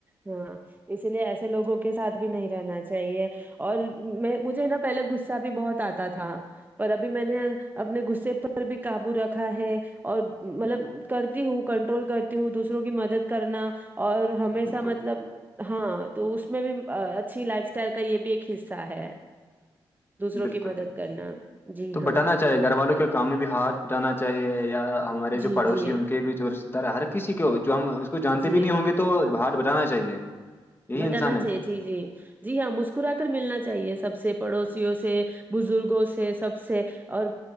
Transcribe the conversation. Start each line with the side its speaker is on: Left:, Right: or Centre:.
Right: ہاں اس لیے ایسے لوگوں کے ساتھ بھی نہیں رہنا چاہیے اور میں مجھے نا پہلے غصہ بھی بہت آتا تھا پر ابھی میں نے اپنے غصے پر بھی قابو رکھا ہے اور مطلب کرتی ہوں کنٹرول کرتی ہوں دوسروں کی مدد کرنا اور ہمیشہ
Left: بالکل
Right: مطلب ہاں تو اس میں بھی اچھی لائف اسٹائل کا یہ بھی ایک حصہ ہے دوسروں
Left: بالکل
Right: کی مدد
Left: بالکل
Right: کرنا جی
Left: تو بٹانا
Right: ہاں
Left: گھر والوں کے کام میں بھی ہاتھ پٹانا چاہیے یا ہمارے جو
Right: جی
Left: پڑوسی
Right: جی
Left: ان کے بھی جو ار ہر کسی کو جو ہم اس کو جانتے
Right: جی
Left: بھی نہیں ہوں گے تو بھاٹ بٹانا چاہیے یہی
Right: بھٹانا
Left: انسانیت
Right: چاہیے
Left: ہے
Right: جی جی جی ہاں مسکرا کر ملنا چاہیے سب سے پڑوسیوں سے بزرگوں سے سب سے اور